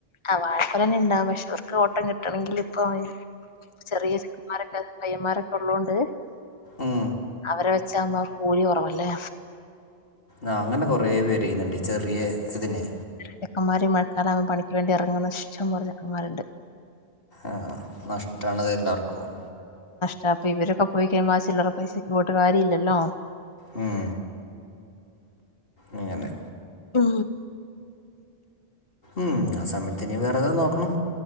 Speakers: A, on the left; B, on the left.
A: ആ വാഴക്കൊലനിണ്ടാവും പക്ഷെ അവർക്ക് ഓട്ടം കിട്ടണെങ്കിൽ ഇപ്പൊ ചെറിയ ചെക്കമാരൊക്കെ പയ്യമാരൊക്കെ ഒള്ളോണ്ട്
B: ഉം
A: അവരെ വെച്ചാവുമ്പോ കൂലി കൊറവല്ലേ
B: ആ അങ്ങനെ കൊറേപ്പേര്യ്യ്ന്ന്ണ്ട് ചെറിയെ സ്തിനെ
A: ചെക്കമാര് മഴക്കാലാവു പണിക്ക് വേണ്ടി ഇറങ്ങുന്ന ശം പോലെ ചെക്കമാ രുണ്ട്
B: ആ നഷ്ട്ടാണത് എല്ലാർക്കും
A: ചെൽപ്പൊ ഇവരൊക്കെ പോയിക്കഴിയുമ്പോ ആ ചില്ലറ പൈസയ്ക്ക് പോയിട്ട് കാര്യയില്ലല്ലോ
B: ഉം ഇങ്ങനെ
A: മ്
B: ഉം ആ സമയത്തിനി വേറെതേ നോക്കണം